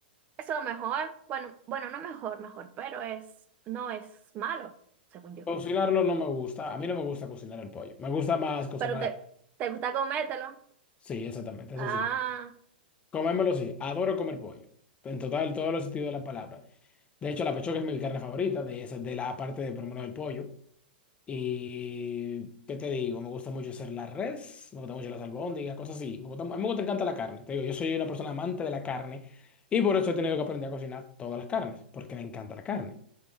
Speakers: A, on the right; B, on the left.
A: eso es mejor. Bueno, bueno, no mejor, mejor, pero es, no es malo, según yo.
B: Cocinarlo no me gusta, a mí no me gusta cocinar el pollo, me gusta más cocinar
A: Pero te, te gusta comértelo.
B: Sí, exactamente,
A: Ah,
B: eso sí. Comérmelo sí, adoro comer pollo. En total, todos los sentidos de la palabra. De hecho, la pechuga es mi carne favorita, de esa, de la parte de por lo menos del pollo. Y, ¿qué te digo? Me gusta mucho hacer la res, me gusta mucho las albóndigas, cosas así. Me gusta- a mí me gusta, encanta la carne. Te digo, yo soy una persona amante de la carne y por eso he tenido que aprender a cocinar todas las carnes, porque me encanta la carne,